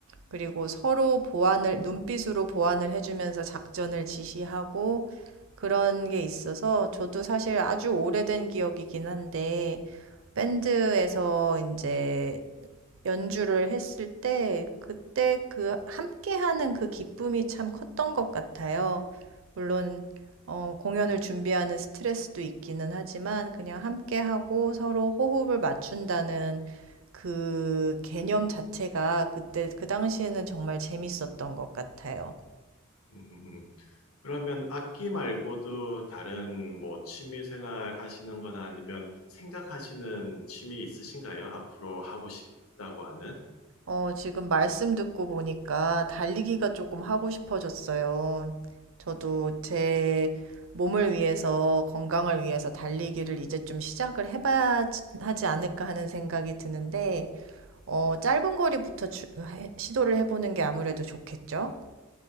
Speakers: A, on the right; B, on the left.
A: 그리고 서로 보완을, 눈빛으로 보완을 해주면서 작전을 지시하고 그런 게 있어서 저도 사실 아주 오래된 기억이긴 한데 밴드에서 이제 연주를 했을 때 그때 그 함께하는 그 기쁨이 참 컸던 것 같아요. 물론 어, 공연을 준비하는 스트레스도 있기는 하지만 그냥 함께하고 서로 호흡을 맞춘다는 그 개념 자체가 그때 그 당시에는 정말 재밌었던 것 같아요.
B: 음, 그러면 악기 말고도 다른 뭐 취미 생활 하시는 거나 아니면 생각하시는 취미 있으신가요? 앞으로 하고 싶다고 하는?
A: 어, 지금 말씀 듣고 보니까 달리기가 조금 하고 싶어졌어요. 저도 제 몸을 위해서, 건강을 위해서 달리기를 이제 좀 시작을 해봐야 지- 하지 않을까 하는 생각이 드는데, 어, 짧은 거리부터 주- 해- 시도를 해보는 게 아무래도 좋겠죠?